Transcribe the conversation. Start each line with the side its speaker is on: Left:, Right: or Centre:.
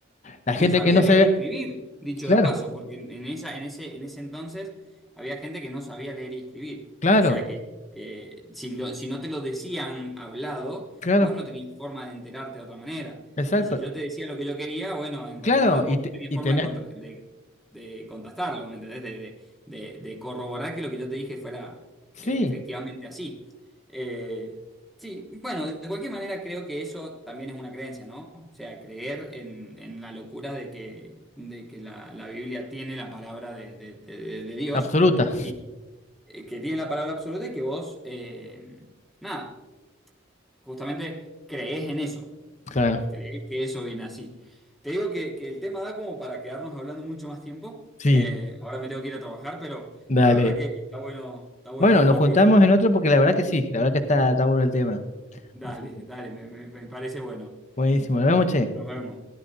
Left: la gente
Centre: que sabía
Left: que no
Centre: leer
Left: se ve.
Centre: y escribir, dicho
Left: Claro,
Centre: de paso, porque en, en esa, en ese, en ese entonces había gente que no sabía leer y escribir.
Left: claro,
Centre: O sea que, que si, lo- si no te lo decían hablado,
Left: claro,
Centre: vos no tenías forma de enterarte de otra manera.
Left: exacto.
Centre: Y si yo
Left: y-
Centre: te decía lo que yo quería, bueno, en
Left: claro,
Centre: realidad
Left: y,
Centre: vos
Left: te-
Centre: no tenías
Left: y
Centre: forma
Left: tenía...
Centre: de, contra- de, de contrastarlo, ¿me entendés? De, de- de- de corroborar que lo que yo te dije fuera
Left: Sí,
Centre: eh, efectivamente así. Eh, Sí, bueno, de cualquier manera creo que eso también es una creencia, ¿no? O sea, creer en, en la locura de que, de que la, la Biblia tiene la palabra de, de- de- de Dios
Left: absoluta.
Centre: y que que tiene la palabra absoluta y que vos, eh, nada, justamente creés en eso,
Left: Claro,
Centre: creés que eso viene así. Te digo que, que el tema da como para quedarnos hablando mucho más tiempo.
Left: sí,
Centre: Eh, ahora me tengo que ir a trabajar, pero
Left: dale.
Centre: la verdad que está bueno, está bueno
Left: Bueno,
Centre: debatir.
Left: nos juntamos en otro porque la verdad que sí, la verdad que está, está bueno el tema.
Centre: Dale,
Left: Así que,
Centre: dale, me me- me parece bueno.
Left: buenísimo. Nos vemos, che.
Centre: Nos vemos.